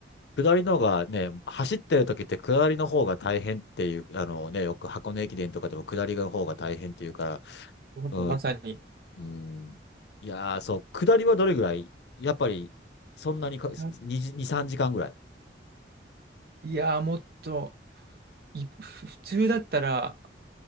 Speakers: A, on the left; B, on the right.
A: 下りの方がね、走ってる時って下りの方が大変っていう、あのね、よく箱根駅伝とかでも下りの方が大変っていうから、
B: 本当にまさに。
A: うん、うん、いやー、そう、下りはどれぐらいやっぱり、そんなにか、
B: だ
A: 2、2、3時間ぐらい。
B: いやー、もっとい、ふ普通だったら